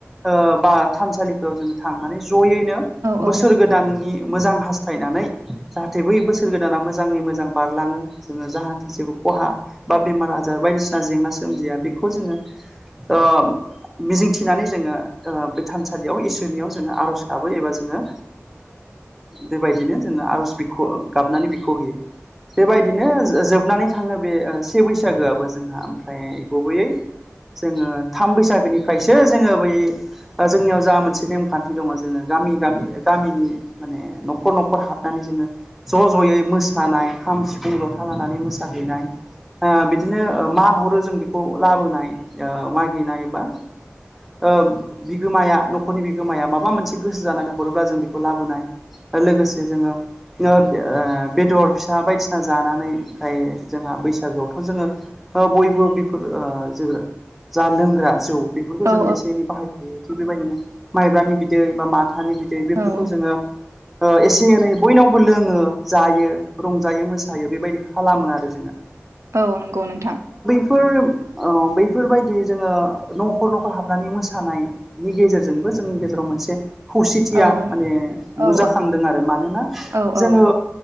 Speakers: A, in the centre; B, on the right.
A: ओ बा थानसालिफोराव जोङो थांनानै ज'यैनो
B: औ
A: बोसोर गोदाननि मोजां हास थायनानै जाहाथे बै बोसोर गोदाना मोजाङै मो जां बारलाङो जोङो जाहाथे जेबो खहा बा बेमार आजार बायदिसिना जेंना सोमजिया बेखौ जोङो ओ मिजिंथिनानै जोङो ओ बे थानसालियाव इसोरनियाव जोङो आर'ज गाबो एबा जोङो बेबायदिनो जोङो आर'ज बिख' गाबनानै बिख' होयो। बेबायदिनो जो जोबनानै थाङो बे से बैसागोआबो जोंहा ओमफ्राय गुबैयै जोङो थाम बैसागोनिफ्रायसो जोङो बै बा जोंनियाव जा मोनसे नेमखान्थि दङ। जोङो गामि गामि गामिनि माने न'खर न'खर हाबनानै जोङो ज' ज'यै मोसानाय खाम, सिफुं, ज'था लानानै मोसा साहैनाय ओ बिदिनो मा हरो जों बेखौ लाबोनाय ओ मागिनाय बा ओ बिगोमाया न'खरनि बिगोमाया माबा मोनसे गोसो जानानै हरोब्ला जों बेखौ लाबोनाय आरो लोगोसे जोङो ओ बेदर मा बायदिसिना जानानै आमफ्राय जोंहा बैसागोआवथ' जोङो बयबो बेफोर जो जा लोंग्रा जौ बेफोरखौ
B: औ
A: जोङो एसे एनै बाहायखायो थिग बेबायदिनो माइब्रानि बिदै बा मा थानि बिदै बेफोरखौ
B: औ औ
A: जोङो ओ एसे एनै बयनावबो लोङो जायो। रंजायो मोसायो बेबायदि खालामो आरो जोङो
B: औ नंगौ नोंथां
A: फुर औ बैफोरबायदि जोङो न'खर न'खर हाबनानै मोसानायनि गेजेरजोंबो जोंनि गेजेराव मोनसे खौसेथिया
B: औ
A: माने
B: औ
A: नुजाखांदों आरो मानोना
B: औ औ
A: जोङो